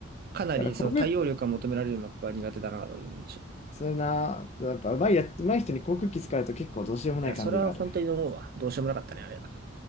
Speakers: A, on the right (about 45°); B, on the left (about 30°).
A: かなりその対応力が求められるマップは苦手だなという印象。
B: だから、航空、
A: い
B: それな、やっぱ上手いや、上手い人に航空機使うと結構どうしようもない感じがある。
A: や、それは本当に思うわ。どうしようもなかったね、あれは。